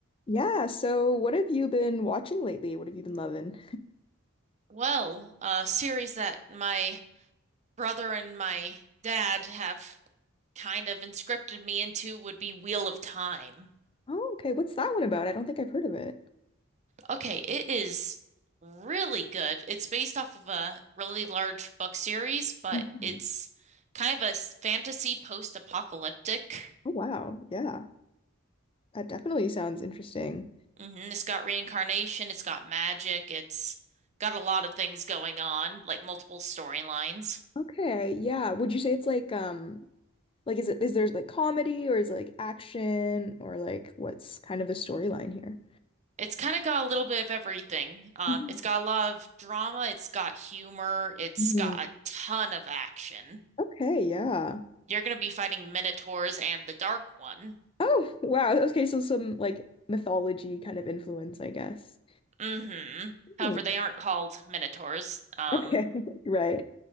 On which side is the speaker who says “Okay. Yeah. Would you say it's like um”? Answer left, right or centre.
Left